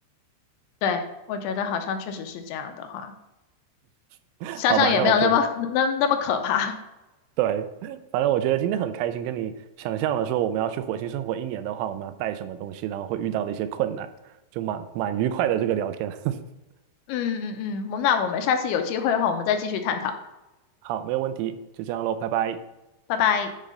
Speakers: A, on the left (about 80°); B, on the right (about 85°).
A: 对，我觉得好像确实是这样的话，
B: <laughs>
A: 想想也没有那么那那么可怕。
B: 好吧？那我觉得，对，反正我觉得今天很开心，跟你想象了说我们要去火星生活一年的话，我们要带什么东西，然后会遇到的一些困难，就蛮蛮愉快的这个聊天。<laughs>
A: 嗯嗯嗯，嗯我们那我们下次有机会的话，我们再继续探讨，
B: 好，没有问题，就这样喽，拜拜。
A: 拜拜。